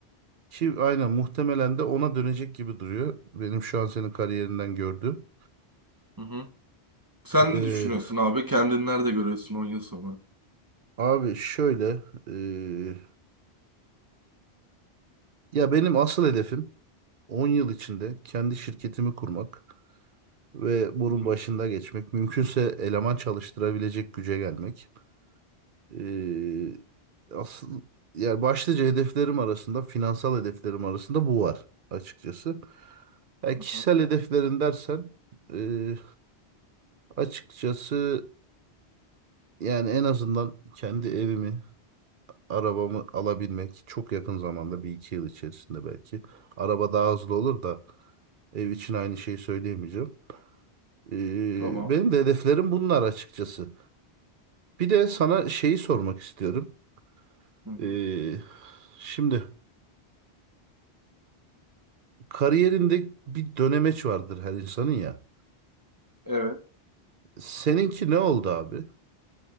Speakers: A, on the right; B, on the right.
A: Ki aynen muhtemelen de ona dönecek gibi duruyor. Benim şu an senin kariyerinden gördüğüm.
B: Hı hı. Sen
A: Ee,
B: ne düşünüyorsun abi? Kendini nerede görüyorsun 10 yıl sonra?
A: abi şöyle ee, ya benim asıl hedefim 10 yıl içinde kendi şirketimi kurmak ve bunun
B: Hı
A: başında
B: hı,
A: geçmek. Mümkünse eleman çalıştırabilecek güce gelmek. Ee, asıl yani başlıca hedeflerim arasında, finansal hedeflerim arasında bu var açıkçası. Yani kişisel
B: hı
A: hedeflerin dersen e, açıkçası yani en azından kendi evimi, arabamı alabilmek çok yakın zamanda bir iki yıl içerisinde belki. Araba daha hızlı olur da ev için aynı şeyi söyleyemeyeceğim. Ee,
B: Tamam.
A: benim de hedeflerim bunlar açıkçası. Bir de sana şeyi sormak istiyorum.
B: Hı hı.
A: Ee, şimdi. Kariyerinde bir dönemeç vardır her insanın ya.
B: Evet.
A: Seninki ne oldu abi?